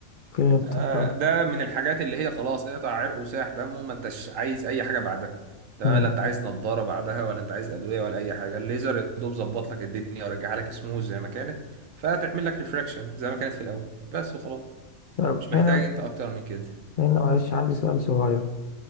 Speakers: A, on the left; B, on the right.
A: فهمتك
B: آه،
A: اه
B: ده من الحاجات اللي هي خلاص اقطع عرق وساح دمه ما انتش عايز اي حاجه بعدها تمام
A: مم.
B: لا انت عايز نضاره بعدها ولا انت عايز ادويه ولا اي حاجه الليزر يا دوب ظبط لك الدنيا ورجعها لك سموز زي ما كانت فتعمل لك ريفراكشن زي ما كانت في الاول بس وخلاص
A: طب
B: مش محتاج
A: هنا
B: انت اكتر من كده
A: هنا معلش عندي سؤال صغير